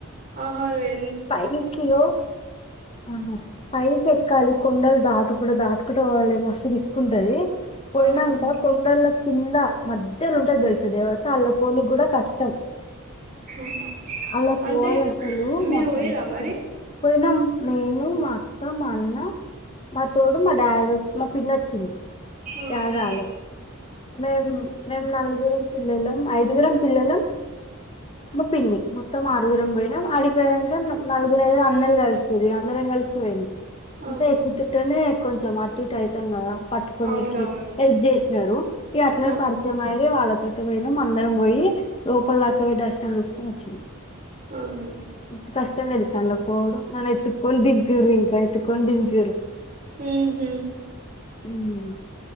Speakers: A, on the right; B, on the left.
A: అహా లే
B: పైకియో అహా పైకి ఎ క్కాలి కొండలు దాటుకుంట దాటుకుంట పోవాలి మస్తు రిస్క్ ఉంటది పోయినాంక
A: ఆహా.
B: కొండల కింద మధ్యల ఉంటది. దేలుసా దేవత అల్లకు పోనికి కూడా కష్టం.
A: హ్
B: అలా పోవాలి
A: అంటే
B: అసలు
A: మీరు
B: మస్తు
A: పోయారా మరి
B: పోయినాం నేను మా అక్క మా అన్న మా తోడు మా డాడీ మా పిన్ని వోచ్చింది.
A: ఆహా.
B: రాగాలె మేం మేము నలుగురం పిల్లలం ఐదుగురం పిల్లలం మా పిన్ని మొ త్తం ఆరుగురం పోయినం ఆడి <unintelligible> నం నలుగురే అందరు కలిసింది. ఇగ అందరం కలిసి పోయినం. అంతే
A: ఆహా!
B: ఎక్కుతుంట్టానే కొంచెం అటు ఇట్ ఐతాం గాదా పట్టుకొనికి
A: అవునవును.
B: హెల్ప్ జేసినారు ఇగ అట్లే
A: ఆహా!
B: పరిచయం అయిరీ వాళ్ళతోటి పోయినాం అందరం పోయి లోపల దాక పోయి దర్శనం చేసుకొని వచ్చినాం
A: అహా
B: మస్తు కష్టం తెలుస అల్ల కు పోవుడు నన్ను ఎత్తుకొని దింపిరు ఇంకా ఎత్తుకొని దింపిర్రు.
A: ఉహ్
B: ఉమ్,